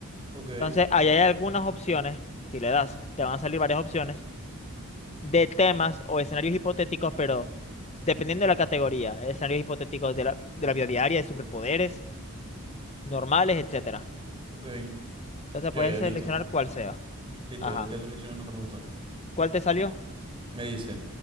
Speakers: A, on the right (about 25°); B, on the left (about 30°).
A: Ok,
B: Entonces, ahí hay algunas opciones, si le das, te van a salir varias opciones de temas o escenarios hipotéticos, pero dependiendo de la categoría, escenarios hipotéticos de la, de la vida diaria, de superpoderes, normales, etcétera.
A: ok.
B: Entonces,
A: Ya,
B: puedes
A: ya,
B: seleccionar
A: listo.
B: cuál sea.
A: Listo,
B: Ajá.
A: ya, ya seleccioné lo que me gustó.
B: ¿Cuál te salió?
A: Me dice,